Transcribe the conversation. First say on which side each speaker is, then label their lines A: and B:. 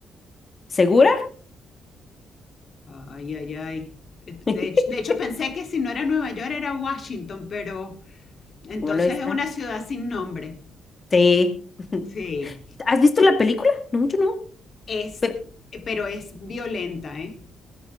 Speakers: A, on the left (about 30°); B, on the left (about 45°).
A: ¿Segura?
B: Ay, ay, ay. Eh,
A: <laughs>
B: De hecho, de hecho, pensé que si no era Nueva York era Washington, pero entonces
A: ¿Cómo no está?
B: es una ciudad sin nombre.
A: Sí. <laughs>
B: Sí.
A: ¿Has visto la película? No, yo no.
B: Es,
A: Pero
B: pero es violenta, ¿eh?